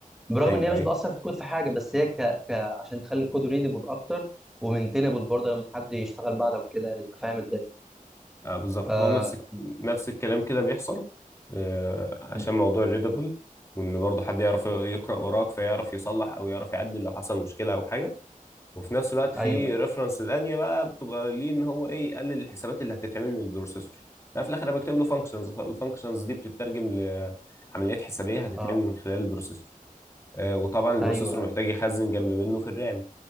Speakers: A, in the centre; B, on the left (about 20°).
A: برغم
B: ايوه
A: ان هي مش
B: ايوه
A: بتاثر في الكود في حاجه بس هي ك... ك... عشان تخلي الكود ريدبل اكتر ومينتينبل برضه لما حد يشتغل بعدك وكده يعني يبقى فاهم الدنيا
B: آه بالظبط
A: ف...
B: هو نفس الك-
A: م-
B: نفس الكلام كده بيحصل آه عشان
A: م.
B: موضوع الريدابل وان برضه حد يعرف يقرا وراك فيعرف يصلح او يعرف يعدل لو حصل مشكله او حاجه وفي نفس الوقت في
A: ايوه ايوه
B: ريفرنس تانية بقى بتبقى ليه ان هو ايه يقلل الحسابات اللي هتتعمل من البروسيسور لا في الاخر انا بكتب له فانكشنز فالفانكشنز دي بتترجم لعمليات حسابيه هتتعمل
A: اه
B: من خلال البروسيسور آه وطبعا البروسيسور
A: ايوه
B: محتاج يخزن جنب منه في الرام